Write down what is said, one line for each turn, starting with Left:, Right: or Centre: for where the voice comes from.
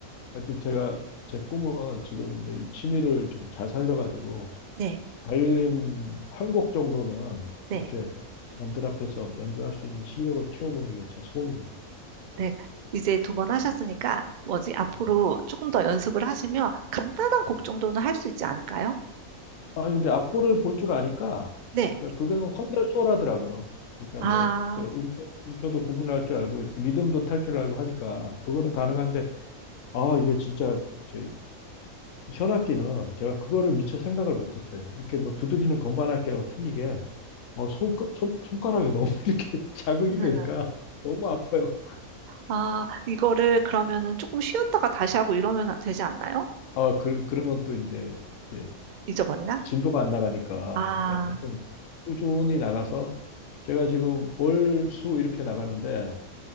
Left: 하여튼 제가 제 꿈은 지금 이제 이 취미를 좀 잘 살려가지고
Right: 네,
Left: 바이올린 한 곡 정도는
Right: 네,
Left: 이렇게 남들 앞에서 연주할 수 있는 실력을 키워보는 게 제 소원입니다.
Right: 네. 이제 두 번 하셨으니까 뭐지? 앞으로
Left: 네.
Right: 조금 더 연습을 하시면 간단한 곡
Left: 네.
Right: 정도는 할 수 있지 않을까요?
Left: 아니, 근데 악보를 볼 줄 아니까,
Right: 네.
Left: 그러니까 그게 황달수월하더라고요. 그러니까
Right: 아,
Left: 뭐, 저 음표, 음표도 구분할 줄 알고, 이렇게 리듬도 탈 줄 알고 하니까, 그거는 가능한데, 아, 이게 진짜 제 현악기는 제가 그거를 미처 생각을 못했어요. 이렇게 뭐 두드리는 건반악기하고 틀리게, 어, 손, 손, 손가락에 너무 <laughs> 이렇게 자극이
Right: 네.
Left: 되니까 너무 아파요.
Right: 아, 이거를 그러면은 조금 쉬었다가 다시 하고 이러면 되지 않나요?
Left: 아, 그, 그러면 또 이제, 이제
Right: 잊어버리나?
Left: 진도가 안 나가니까,
Right: 아,
Left: 그러니까 하여튼 꾸준히 나가서 제가 지금 월, 수 이렇게 나가는데